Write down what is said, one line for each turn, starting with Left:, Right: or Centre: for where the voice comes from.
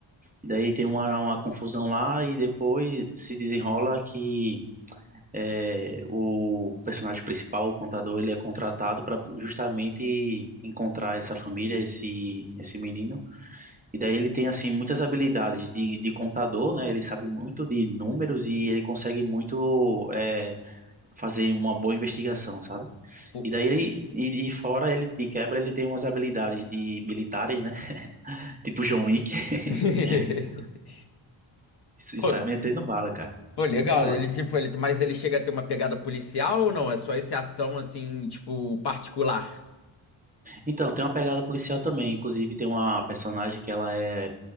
Right: E daí tem uma, uma confusão lá e depois se desenrola que é, o personagem principal, o contador, ele é contratado para justamente encontrar essa família, esse esse menino. E daí ele tem assim muitas habilidades de, de contador, né? Ele sabe muito de números e ele consegue muito é, fazer uma boa investigação, sabe?
Left: Pô,
Right: E daí e de fora ele de quebra ele tem umas habilidades de militares, né? <laughs> Tipo John Wick <laughs>
Left: <laughs> pô,
Right: e sai metendo bala, cara.
Left: pô, legal.
Right: É muito da hora.
Left: Ele, tipo, ele, mas ele chega a ter uma pegada policial ou não? É só esse ação, assim, tipo, particular?
Right: Então, tem uma pegada policial também. Inclusive, tem uma personagem que ela é